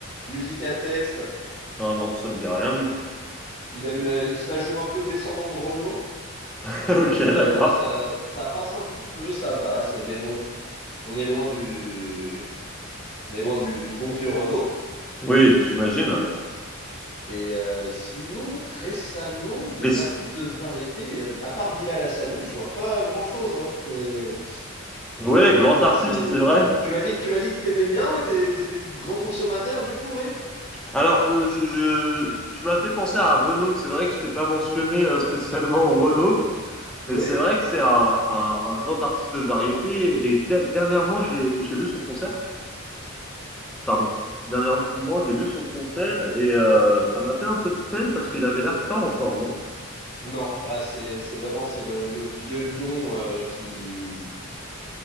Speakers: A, on the left; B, in the centre.
A: musique à texte.
B: Ah non, ça me dit rien du tout.
A: Il aime, euh, il se la joue un peu descendant de Renault.
B: <laughs>
A: Donc
B: Ok,
A: euh,
B: d'accord.
A: ça, ça passe un petit peu, ça va. C'est, mais bon, on est loin du, on est loin du, du bon vieux Renault.
B: Oui, j'imagine. ouais.
A: Et euh, sinon, récemment, des
B: Mais c'est-
A: artistes de variété, euh, à part Bilal Hassani, je vois pas grand-chose. Hein. C'est,
B: ouais, grand
A: je sais pas,
B: artiste,
A: c'est.
B: c'est vrai.
A: Tu m'as dit que tu m'as dit que t'aimais bien, ouais, t'es, t'es, t'es grand consommateur du coup, ouais.
B: Alors, euh, je, je- tu m'as fait penser à Renaud. C'est vrai que je t'ai pas mentionné euh, spécialement Renaud.
A: Oui.
B: Mais c'est vrai que c'est un, un- un grand artiste de variété. Et de- dernièrement, j'ai j'ai vu son concert. Pardon. Dernièrement, j'ai vu son concert et euh, ça m'a fait un peu de peine parce qu'il avait l'air pas en forme. hein.
A: Non, bah c'est, c'est vraiment c'est le, le vieux lion euh, qui